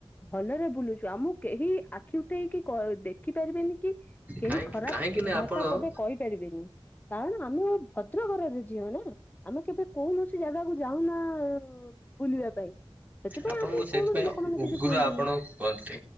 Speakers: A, on the left (about 15°); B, on the right (about 15°).
A: ଭଲରେ ବୁଲୁଛୁ ଆମକୁ କେହି ଆଖି ଉଠେଇକି କ ଦେଖିପାରିବେନି କି କେହି
B: କାହିଁକି
A: ଖରାପ
B: କାହିଁକି ନା
A: ଭାଷା
B: ଆପଣ
A: ପଦେ କହିପାରିବେନି କାରଣ ଆମ ଭଦ୍ରକରରେ ଆମେ କେବେ କୌଣସି ଜାଗାକୁ ଯାଉନା ବୁଲିବା ପାଇଁ ସେଥିପାଇଁ
B: ଆପଣଙ୍କୁ
A: ଆମ
B: ସେଇଥିପାଇଁ
A: କୌଣସି ଲୋକ ମାନ
B: ଉଗ୍ର
A: କିଛି କୁହନ୍ତିନି
B: ଆପଣ କୁହନ୍ତି।